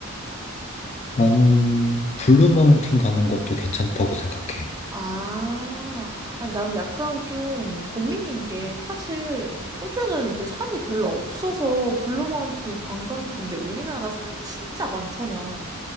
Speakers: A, on the left; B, on the right.
A: 나는 블루 마운틴 가는 것도 괜찮다고 생각해.
B: 아, 아니, 난 약간 좀 고민인 게 사실 호주는 이제 산이 별로 없어서 블루마운틴이 관광지인데 우리나라 산 진짜 많잖아.